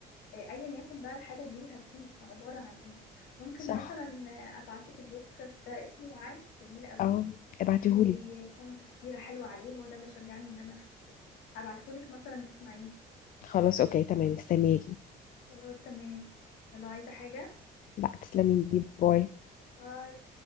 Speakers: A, on the left (about 85°); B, on the left (about 55°).
A: آه، ايا يكن بقى الحاله دي هتكون عباره عن ايه ممكن
B: صح
A: مثلا ابعت لك البودكاست ده اسمه وعي جميل قوي
B: اه ابعتيهولي
A: وفي كومنت كتيره حلوه عليه هو ده اللي شجعني ان انا اشوفه ابعته لك مثلا تسمعيه
B: خلاص اوكي تمام مستنياكي
A: خلاص تمام يلا عايزه حاجه
B: لا تسلمي لي باي
A: باي